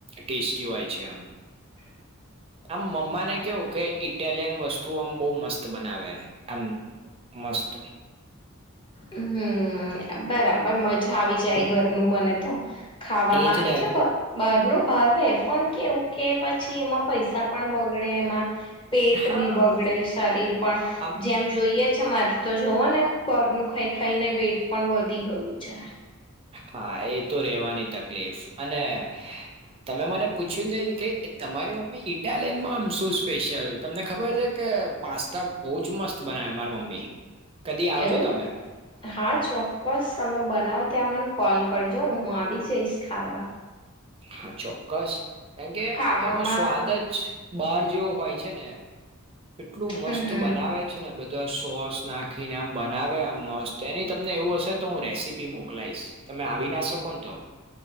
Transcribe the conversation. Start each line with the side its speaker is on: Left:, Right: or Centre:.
Right: ટેસ્ટી હોય છે આમ
Left: હ
Right: આમ મમ્મા ને કેવું કે ઈટ ઇટાલિયન વસ્તુઓ આમ બહ મસ્ત બનાવે એમ મસ્ત
Left: હમ્મ બરાબર મજા આવી જાય ઘરનું મને તો ખાવામાં
Right: એજ ને
Left: એટલે બ બાર નું ભાવે પણ કેવું કે પછી એમાં પૈસા પણ બગડે એમાં પેટ
Right: હા
Left: બી બગડે શરીર પણ
Right: આમ
Left: જેમ જોઈએ છે મારે તો જુઓ ને બારનું ખાઈ ખાઈને વેટ પણ વધી ગયું છે.
Right: હા એ તો રહેેવાની તકલીફ અને તમે મને પૂછ્યું નહી કે તમારી મમ્મી ઇટાલિયનમાં આમ શું સ્પેશિયલ તમને ખબર છે કે પાસ્તા બહુ જ મસ્ત બનાય મારી મમ્મી કદી આવજો
Left: એવું
Right: તમે
Left: હા ચો ક્કસ તમે બનાવો ત્યાં મને કોલ કરજો હું આવી જઈશ ખાવા.
Right: હા ચોક્કસ કેંકે
Left: ખાવામાં
Right: એનો સ્વાદ જ બહાર જેવો હોય છે ને એટલું મસ્ત
Left: હમ્મ હમ્મ
Right: બનાવે છે ને બધા સોસ નાખીને આમ બનાવે આમ મસ્ત એની તમને એવું હશે ને તો હું રેસીપી મોકલાઈશ તમે આવી ના શકો ન તો